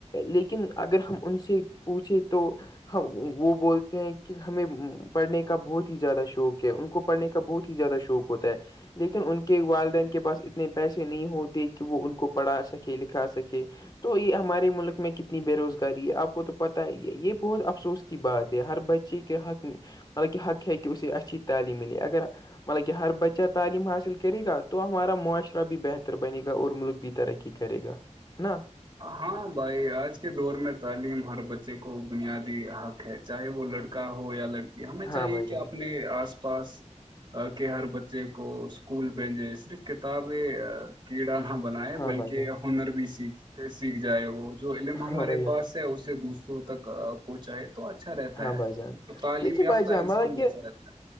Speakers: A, on the left; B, on the right.
A: لیکن اگر ہم ان سے پوچھے تو ہم وہ بول کہ ہمیں پڑھنے کا بہت ہی زیادہ شوق ہے ان کو پڑھنے کا بہت ہی زیادہ شوق ہوتا ہے لیکن ان کے والدین کے پاس اتنے پیسے نہیں ہوتے کہ وہ ان کو پڑھا سکے لکھا سکے تو یہ ہمارے ملک میں کتنی بے روزگاری ہے آپ کو تو پتہ ہی ہے یہ بہت افسوس کی بات ہے ہر بچے کے حق مطلب کہ حق ہے کہ اسے اچھی تعلیم ملے اگر مطلبک ہر بچہ تعلیم حاصل کرے گا تو ہمارا معاشرہ بھی بہتر بنے گا اور ملک بھی ترقی کرے گا ہے نا
B: ہاں بھائی آج کے دور میں تعلیم ہر بچے کو بنیادی حق ہے چاہے وہ لڑکا ہو یا لڑکی ہمیں
A: ہاں
B: چاہیے
A: بھائی
B: کہ
A: جان
B: اپنے آس پاس کہ ہر بچے کو اسکول بھیجے صرف کتابیں کیڑا نہ بنائے
A: ہاں
B: بلکہ
A: بھائی جان
B: ہنر بھی سیکھ سیکھ جائے وہ جو علم ہمارے
A: ہاں بھائی جان
B: پاس ہے اسے دوسروں تک پہنچائے تو اچھا رہتا
A: ہاں بھائی
B: ہے
A: جان
B: تو تعلیم
A: دیکھیے
B: یافتہ
A: بھائی جان
B: انسان
A: مطلب کہ
B: بہتر رہتا ہے